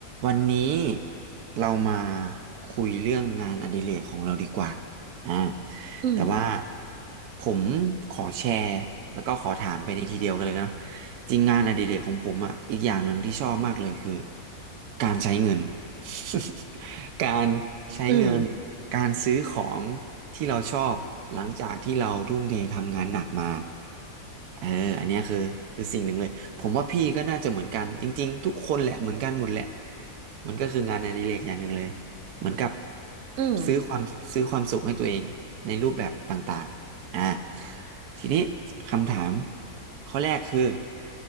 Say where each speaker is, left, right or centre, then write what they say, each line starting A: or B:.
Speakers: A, on the right; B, on the right.
A: วันนี้เรามาคุยเรื่องงานอดิเรกของเราดีกว่าอ่า
B: อืม
A: แต่ว่าผมขอแชร์แล้วก็ขอถามไปในทีเดียวกันเลยเนาะจริงงานอดิเรกของผมอ่ะอีกอย่างหนึ่งที่ชอบมากเลยคือการใช้เงิน <laughs> การใช้เงิน
B: อืม
A: การซื้อของที่เราชอบหลังจากที่เราทุ่มเททำงานหนักมาเอออันเนี้ยคือคือสิ่งหนึ่งเลย ผมว่าพี่ก็น่าจะเหมือนกันจริงๆทุกคนแหละเหมือนกันหมดแหละมันก็คืองานอดิเรกอย่างหนึ่งเลยเหมือนกับ
B: อืม
A: ซื้อความซื้อความสุขให้ตัวเองในรูปแบบต่างๆอ่าทีนี้คำถามข้อแรกคือ